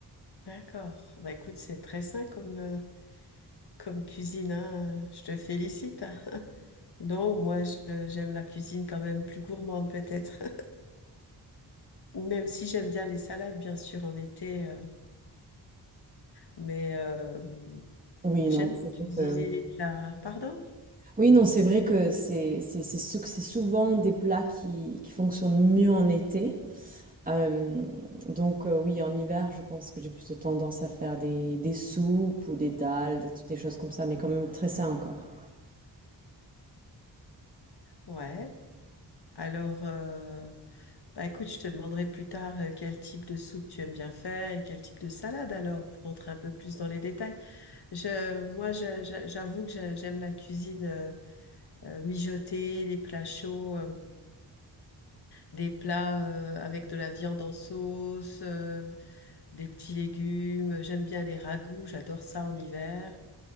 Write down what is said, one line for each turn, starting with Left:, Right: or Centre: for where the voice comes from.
Left: D'accord. Bah écoute, c'est très sain comme, euh, comme cuisine, hein. Je te félicite. <laughs> Non, moi, je- j'aime la cuisine quand même plus gourmande peut-être. <laughs> Même si j'aime bien les salades, bien sûr, en été, euh, mais euh,
Right: Oui,
Left: j'aime
Right: non, c'est
Left: cuisiner
Right: vrai que oui.
Left: les plats. Pardon?
Right: Oui, non, c'est vrai que c'est c'est c'est sou- c'est souvent des plats qui, qui fonctionnent mieux en été. Euh, donc euh, oui, en hiver, je pense que j'ai plutôt tendance à faire des, des soupes ou des dalles, des, toutes des choses comme ça, mais quand même très sain encore.
Left: Ouais. Alors. euh, Bah écoute, je te demanderai plus tard euh, quel type de soupe tu aimes bien faire et quel type de salade alors, pour rentrer un peu plus dans les détails. Je, moi, je- je- j'avoue que je- j'aime la cuisine euh, euh, mijotée, les plats chauds, euh, des plats euh, avec de la viande en sauce, euh, des petits légumes. J'aime bien les ragoûts, j'adore ça en hiver.